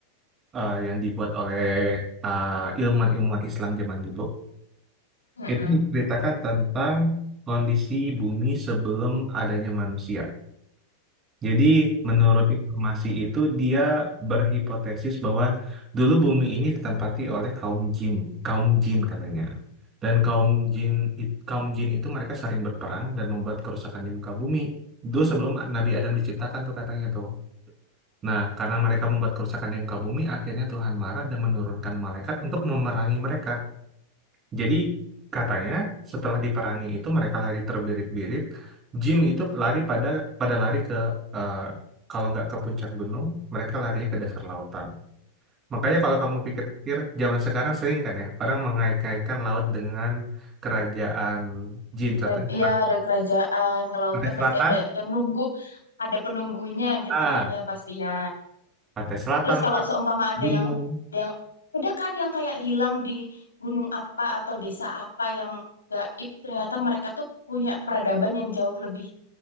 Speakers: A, on the right; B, on the left.
A: eh, yang dibuat oleh eh, ilmuwan-ilmuwan Islam zaman dulu
B: Mm-mm.
A: itu menceritakan tentang kondisi bumi sebelum adanya manusia. Jadi menurut informasi itu dia berhipotesis bahwa dulu bumi ini ditempati oleh kaum jin, kaum jin katanya. Dan kaum jin it- kaum jin itu mereka saling berperang dan membuat kerusakan di muka bumi. Dulu sebelum Nabi Adam diciptakan tuh katanya tuh. Nah, karena mereka membuat kerusakan di muka bumi, akhirnya Tuhan marah dan menurunkan malaikat untuk memerangi mereka. Jadi, katanya setelah diperangi itu mereka lari terbirit-birit. Jin itu lari pada pada lari ke eh, kalau nggak ke puncak gunung, mereka larinya ke dasar lautan. Makanya kalau kamu pikir-pikir, zaman sekarang sering kan ya, orang mengait-ngaitkan laut dengan kerajaan jin.
B: Kera-
A: Contohnya
B: Iya ada kerajaan ke laut
A: Pantai
B: kan
A: Selatan,
B: pasti ada yang nunggu, ada penunggunya gitu
A: ah,
B: kan ya pastinya.
A: Pantai Selatan,
B: Terus kalau seumpama ada
A: gunung.
B: yang ada yang ada kan yang kayak hilang di gunung apa atau desa apa yang gaib, ternyata mereka tuh punya peradaban yang jauh lebih